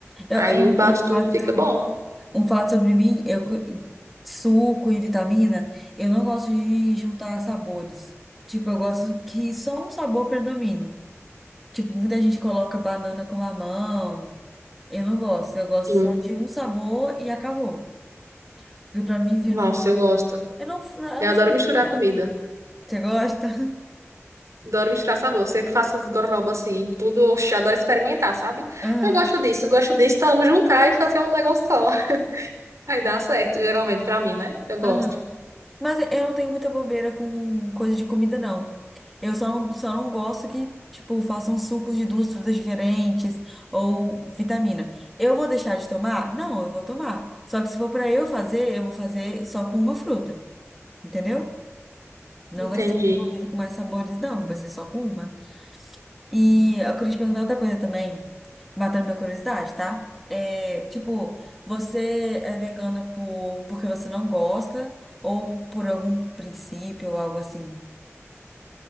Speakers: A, in the centre; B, on the right.
A: É,
B: Aí
A: é um,
B: eu bato
A: um prato.
B: tudo, fica bom.
A: Um fato sobre mim, eu co- suco e vitamina, eu não gosto de juntar sabores. Tipo, eu gosto que só um sabor predomine. Tipo, muita gente coloca banana com mamão. Eu não gosto. Eu gosto
B: Sim.
A: só de um sabor e acabou. Porque pra mim vira
B: Nossa,
A: uma.
B: eu gosto.
A: Eu não, eu
B: Eu
A: não
B: adoro
A: sei
B: misturar
A: explicar.
B: comida.
A: Você gosta? <laughs>
B: Adoro misturar sabor. Eu sempre faço uns gororoba assim, tudo. Oxe, eu adoro experimentar, sabe?
A: Aham,
B: Eu gosto disso, eu gosto disso. Então, vamos juntar e fazer um negócio só. <laughs> Aí dá certo, geralmente, pra mim, né? Eu gosto.
A: aham. Mas eu não tenho muita bobeira com coisa de comida, não. Eu só não, só não gosto que, tipo, façam sucos de duas frutas diferentes ou vitamina. Eu vou deixar de tomar? Não, eu vou tomar. Só que se for pra eu fazer, eu vou fazer só com uma fruta, entendeu? Não
B: Entendi.
A: vai ser envolvido com mais sabores, não. Vai ser só com uma. E eu queria te perguntar outra coisa também, matando minha curiosidade, tá? É, tipo, você é vegana por, porque você não gosta ou por algum princípio ou algo assim?